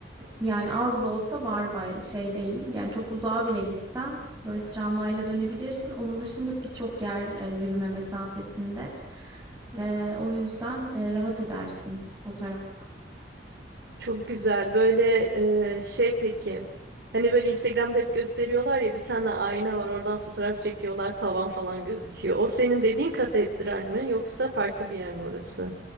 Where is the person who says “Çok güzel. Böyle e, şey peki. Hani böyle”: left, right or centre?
Right